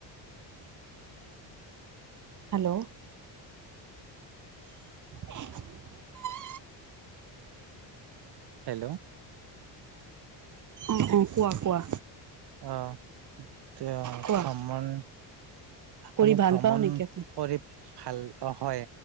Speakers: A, on the right; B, on the right.
A: হেল্ল'। <inaudible>
B: হেল্ল'।
A: উম, উম, কোৱা, কোৱা।
B: অ'। অ',
A: কোৱা
B: ভ্ৰমণ আপুনি
A: কৰি ভাল
B: ভ্ৰমণ
A: পাওঁ নেকি আপুনি
B: কৰি ভাল অ', হয়